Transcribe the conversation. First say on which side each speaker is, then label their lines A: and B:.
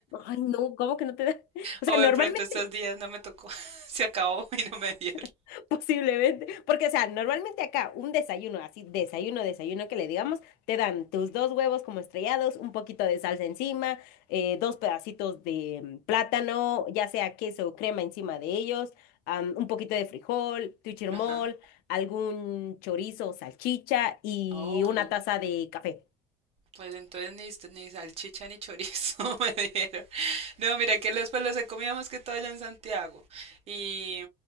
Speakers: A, on the left; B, on the right.
A: ay, no, ¿cómo que no te da? <laughs> O
B: O
A: sea, normalmente,
B: de pronto estos días no me tocó, <laughs> se acabó y no me dieron.
A: <laughs> posiblemente, porque, o sea, normalmente acá un desayuno, así, desayuno, desayuno que le digamos, te dan tus dos huevos como estrellados, un poquito de salsa encima, eh, dos pedacitos de mm, plátano, ya sea queso o crema encima de ellos, am, un poquito de frijol, tu chirmol,
B: Ajá.
A: algún chorizo o salchicha y
B: Oh, no.
A: una taza de café.
B: Pues entonces ni, ni salchicha ni chorizo <laughs> me dieron. No, mira que los, pues los he comido más que todo allá en Santiago y,